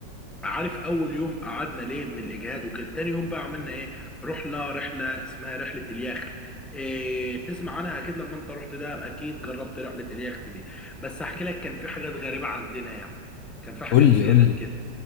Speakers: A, in the centre; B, on the left.
A: عارف اول يوم قعدنا ليه من الاجهاد وكده تاني يوم بقى عملنا ايه رحله رحله اسمها رحله اليخت إيه تسمع عنها اكيد لما انت رحت ده اكيد جربت رحله اليخت دي بس هحكي لك كان في حاجات غريبه عندنا يعني كان في حاجات
B: قول لي
A: زيادات
B: قول لي
A: كده